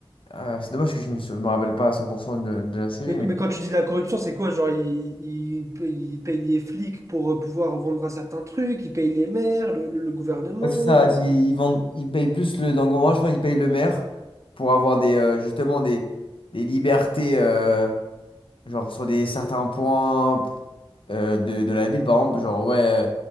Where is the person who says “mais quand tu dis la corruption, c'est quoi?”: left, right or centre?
Right